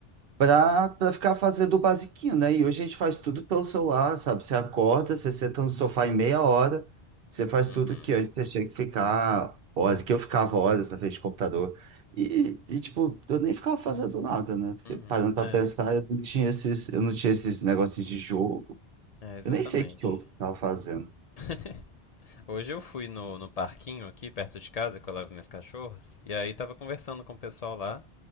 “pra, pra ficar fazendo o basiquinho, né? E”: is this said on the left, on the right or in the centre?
Right